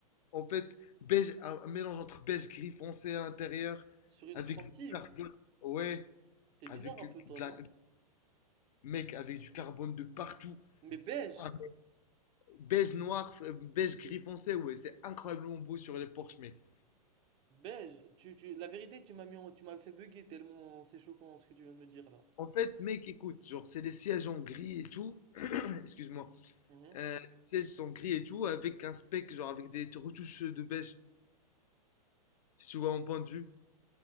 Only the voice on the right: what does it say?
sur une
sportive.
T'es
bizarre un
peu, toi, non?
Mais beige,
beige. Tu, tu... La vérité, tu m'as mis en- tu m'as fait bugger tellement c'est choquant ce que tu viens de me dire là.
Mhm.